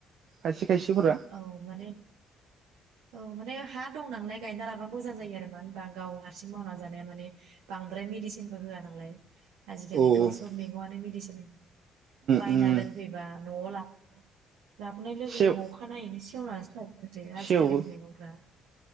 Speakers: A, on the right; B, on the right.
A: खायसे खायसेफोरा
B: औ माने औ माने हा दं नालाय गायना मब मोजां जायो मानो होनबा गाव हारसिं मावनानै जानाया माने बांद्राय मेदिसिनबो होआ नालाय आजिखालिथ'
A: औ उम
B: सब मेगंआनो मिदिसिन उम बायना
A: उम
B: दोनफैबा न'आव लाबोना लाबोनाय लोगो
A: सेव
B: लोगो अखानायैनो सेवनानोसो थायो। माथो
A: सेवो
B: आजिखालिनि मैगंफ्रा <inaudible>